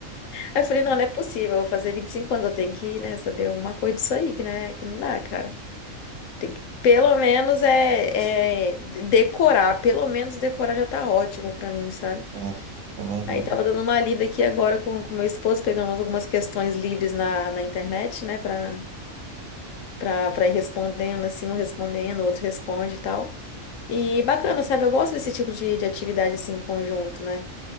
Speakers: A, on the left; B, on the right.
A: Aí eu falei, não, não é possível, eu vou fazer 25 anos, eu tenho que, né, saber alguma coisa disso aí, que, né, que não dá, cara. Tem que, pelo menos, é, é decorar, pelo menos decorar já tá ótimo pra mim, sabe?
B: É, é verdade.
A: Aí tava dando uma lida aqui agora com, com meu esposo, pegando algumas questões livres na, na internet, né, pra, pra, pra ir respondendo, assim, um respondendo, o outro responde e tal. E bacana, sabe? Eu gosto desse tipo de, de atividade, assim, em conjunto, né?